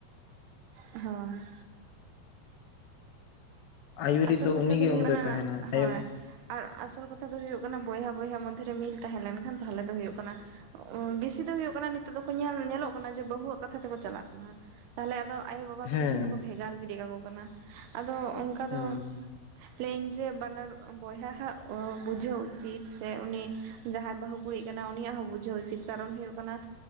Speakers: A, on the right; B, on the left.
A: ᱦᱳᱭ
B: ᱟᱭᱩᱨᱤᱡ
A: ᱟᱥᱚᱞ ᱠᱟᱛᱷᱟ
B: ᱩᱱᱤᱜᱮ
A: ᱫᱚ ᱦᱩᱭᱩᱜ
B: ᱩᱱᱫᱚᱭ
A: ᱠᱟᱱᱟ
B: ᱛᱟᱦᱮᱱᱟ
A: ᱦᱳᱭ
B: ᱟᱭᱳ
A: ᱟᱨ ᱟᱥᱚᱞ ᱠᱟᱛᱷᱟ ᱫᱚ ᱦᱳᱭᱳᱜ ᱠᱟᱱᱟ ᱵᱚᱭᱦᱟ ᱵᱚᱭᱦᱟ ᱢᱚᱫᱽᱫᱷᱮᱨᱮ ᱢᱤᱞ ᱛᱟᱦᱮᱸ ᱞᱮᱱᱠᱷᱟᱱ ᱛᱟᱦᱚᱞᱮ ᱫᱚ ᱦᱩᱭᱩᱜ ᱠᱟᱱᱟ ᱵᱤᱥᱤ ᱼᱼ ᱫᱚ ᱦᱩᱭᱩᱜ ᱠᱟᱱᱟ ᱱᱤᱛᱚᱜ ᱫᱚᱠᱚ ᱧᱮᱞ ᱧᱮᱞᱚᱜ ᱠᱟᱱᱟ ᱡᱮ ᱵᱟᱹᱦᱩᱣᱟᱜ ᱠᱟᱛᱷᱟ ᱛᱮᱠᱚ ᱪᱟᱞᱟᱜ ᱠᱟᱱᱟ᱾ ᱛᱟᱦᱞᱮ ᱟᱫᱚ ᱟᱭᱳᱼᱵᱟᱵᱟ ᱠᱚᱫᱚ
B: ᱦᱮᱸ
A: ᱡᱷᱚᱛᱚ ᱠᱚ ᱵᱷᱮᱜᱟᱨ ᱜᱤᱰᱤ ᱠᱟᱠᱚ ᱠᱟᱱᱟ ᱟᱫᱚ ᱚᱱᱠᱟ ᱫᱚ
B: ᱦᱮᱸ
A: ᱼᱼ ᱞᱟ. ᱭᱮᱫ ᱤᱧ ᱡᱮ ᱵᱟᱱᱟᱨ ᱵᱚᱭᱦᱟ ᱦᱟᱜ ᱵᱩᱡᱷᱟᱹᱣ ᱩᱪᱤᱛ ᱥᱮ ᱩᱱᱤ ᱼᱼ ᱡᱟᱦᱟᱸᱟᱭ ᱵᱟᱹᱦᱩ ᱠᱩᱲᱤᱜ ᱠᱟᱱᱟ ᱩᱱᱤᱭᱟᱜ ᱦᱚᱸ ᱵᱩᱡᱷᱟᱹᱣ ᱩᱪᱤᱛ ᱠᱟᱨᱚᱱ ᱦᱩᱭᱩᱜ ᱠᱟᱱᱟ